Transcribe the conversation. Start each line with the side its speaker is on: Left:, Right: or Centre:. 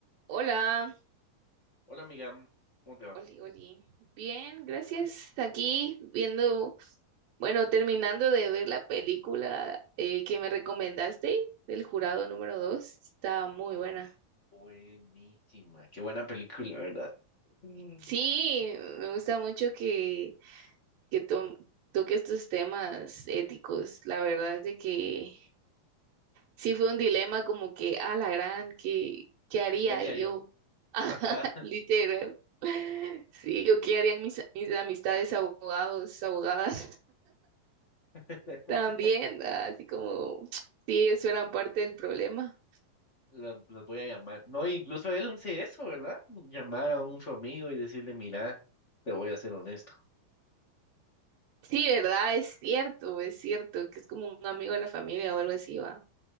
Right: Hola,
Left: Hola amiga, ¿cómo te va?
Right: Oli, Oli. Bien, gracias. Aquí viendo, bueno, terminando de ver la película eh, que me recomendaste del jurado número dos, Está muy buena.
Left: Buenísima, qué buena película, ¿verdad? Mm.
Right: Sí, me gusta mucho que, que to- toque estos temas éticos. La verdad es de que sí fue un dilema como que, a la gran, ¿qué, qué haría
Left: ¿Qué haría
Right: yo?
Left: yo?
Right: <laughs>
Left: Ajá,
Right: Literal. Sí, o qué harían mis, mis amistades abogados, abogadas.
Left: <laughs>
Right: También, ah, así como, sí, eso era parte del problema.
Left: lo- los voy a llamar. No, incluso él hace eso, ¿verdad? Llamar a un su amigo y decirle, mira, te voy a ser honesto.
Right: Sí, ¿verdad? Es cierto, es cierto, que es como un amigo de la familia o algo así, va.